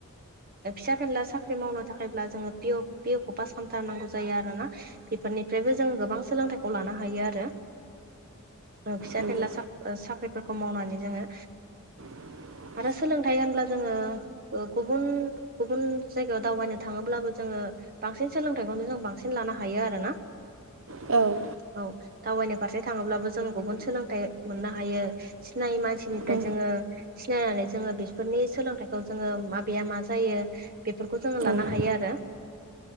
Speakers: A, on the right; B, on the right.
A: फिसा फेनला साख्रि मावनो थाखायब्ला जोङो पिअ पिअ खौ पास खालामथारनांगौ जायो आरो ना बेफोरनिफ्रायबो जोङो गोबां सोलोंथायाइखौ लानो हायो आरो ओ फिसा
B: नंगौ
A: फेनला साख्रिफोरखौ मावनानै जोङो
B: <inaudible>
A: आरो सोलोंथाइ होनब्ला जोङो गुबुन गुबुन जायगायाव दावबायनो थाङोब्लाबो जोङो बांसिन सोलोंथाइखौनो जों बांसिन लानो हायो आरोना
B: औ
A: औ दावबायनो फारसे थाङोब्लाबो जों गुबुन सोलोंथाइ मोननो हायो सिनायै मानसिनिफ्राय
B: औ
A: जोङो सिनायनानै जोङो बेफोरनि सोलोंथाइखौ जोङो माबाया मा जायो बेफोरखौ जोङो लानो
B: औ
A: हायो आरो